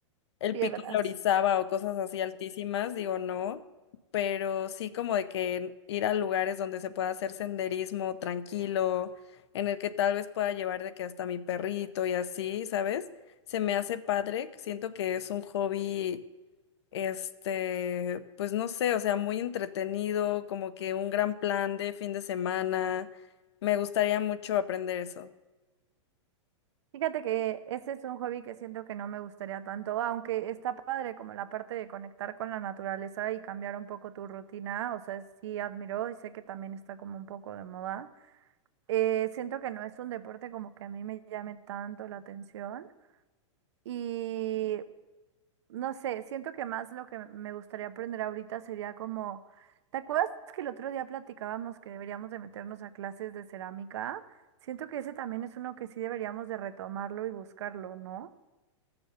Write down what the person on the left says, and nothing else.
el
pico de Orizaba o cosas así altísimas, digo no, pero sí como de que ir a lugares donde se pueda hacer senderismo tranquilo, en el que tal vez pueda llevar de que hasta mi perrito y así, ¿sabes? Se me hace padre, siento que es un hobby, este, pues no sé, o sea, muy entretenido, como que un gran plan de fin de semana. Me gustaría mucho aprender eso.